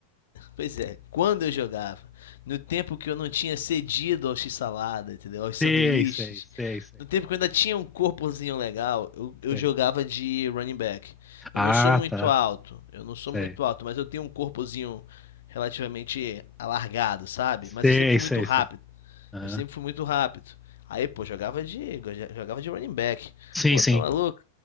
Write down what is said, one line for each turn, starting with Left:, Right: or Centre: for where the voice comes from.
Left: Pois é, quando eu jogava, no tempo que eu não tinha cedido ao x-salada, entendeu? Aos sanduíches,
Centre: Sei, sei, sei, sei,
Left: no tempo que eu ainda tinha um corpozinho legal, eu, eu
Centre: sei.
Left: jogava de running back.
Centre: Ah,
Left: Eu não sou muito
Centre: tá.
Left: alto, eu não sou
Centre: Sei.
Left: muito alto, mas eu tenho um corpozinho relativamente alargado, sabe?
Centre: Sei,
Left: Mas eu sempre fui
Centre: sei,
Left: muito rápido,
Centre: sei. Aham.
Left: eu sempre fui muito rápido. Aí, pô, jogava de, jogava de running back.
Centre: Sim,
Left: Pô,
Centre: sim.
Left: tá maluco?